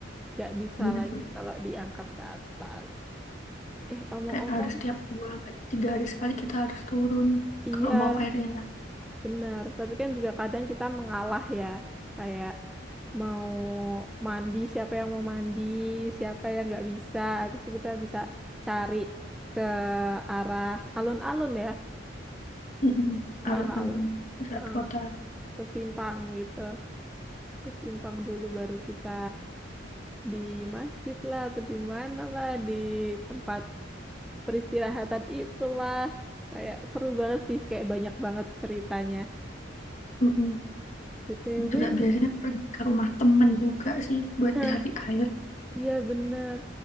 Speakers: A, in the centre; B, on the left.
A: gak bisa
B: Bener-bener.
A: lagi kalau diangkat ke atas. Eh, omong-omong,
B: Kayak harus tiap dua sampai tiga hari sekali kita harus turun
A: iya
B: kalau mau airnya nyampe.
A: benar. Tapi kan juga kadang kita mengalah ya. Kayak mau mandi, siapa yang mau mandi, siapa yang nggak bisa. Habis itu kita bisa cari ke arah alun-alun ya,
B: Mm-mm.
A: ke
B: Alun-alun
A: arah alun,
B: pusat
A: Heeh,
B: kota.
A: ke simpang gitu. ke simpang dulu baru kita di masjid lah atau di mana lah di tempat peristirahatan itulah kayak seru banget sih kayak banyak banget ceritanya
B: Mm-mm.
A: BTW
B: juga biasanya pergi ke rumah temen juga sih buat
A: nah
B: cari air.
A: iya bener